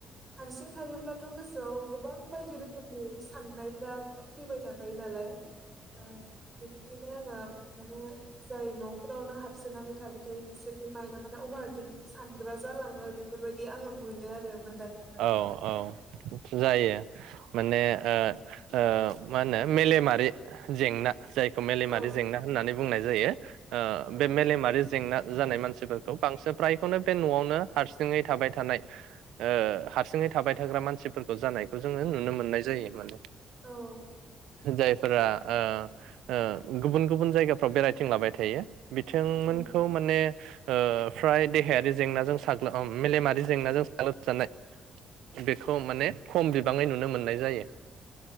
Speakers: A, on the right; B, on the right.
A: हारसिं थायोब्लाथ गोसोआव गोबां बायदि रोखोमनि साननायफ्रा फैबाय थाखा थायो नालाय। औ बिनिखायनो नो आङो माने जाय नफोरावनो हाबसोनानै थाबाय थायो बिसोरनि माइन्डआ माने अभारटिं सानग्रा जालाङो बेफोरबायदि दि आङो मोनो आरो। मोनदांनो मोनदों
B: औ औ जायो। माने ओ ओ मा होनो मेलेमारि जेंना। जायखौ मेलेमारि
A: औ
B: जेंना होननानै बुंनाय जायो ओ
A: औ
B: बे मेलेमारि जेंना जानाय मानसिफोरखौ बांसिन फ्रायखौनो बे नआवनो हारसिङै थाबाय थानाय ओ हारसिङै थाबाय थाग्रा मानसिफोरखौ जानायखौ जोङो नुनो मोननाय जायो माने।
A: औ
B: जायफोरा ओ ओ गुबुन गुबुन जायगाफ्राव बेरायथिंलाबाय थायो बिथांमोनखौ
A: औ
B: माने ओ फ्राय देहायारि जेंनाजों साग्लोब ओ मेलेमारि जेंनाजों साग्लोबजानाय बेखौ माने खम बिबाङै नुनो मोननाय जायो।